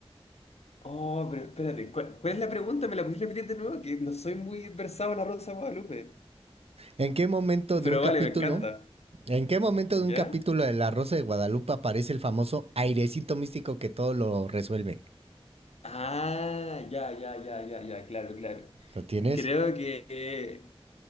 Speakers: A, on the left; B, on the right.
A: Oh, pero espérate, ¿cuál, cuál es la pregunta? ¿Me la pudiste repetir de nuevo? Que no soy muy versado en la Rosa de Guadalupe.
B: ¿En qué momento de
A: Pero
B: un capítulo?
A: vale, me encanta.
B: ¿En qué momento de
A: ¿Ya?
B: un capítulo de La Rosa de Guadalupe aparece el famoso airecito místico que todo lo resuelve?
A: Ah, ya, ya, ya, ya, ya, claro, claro.
B: ¿Lo tienes?
A: Creo que eh,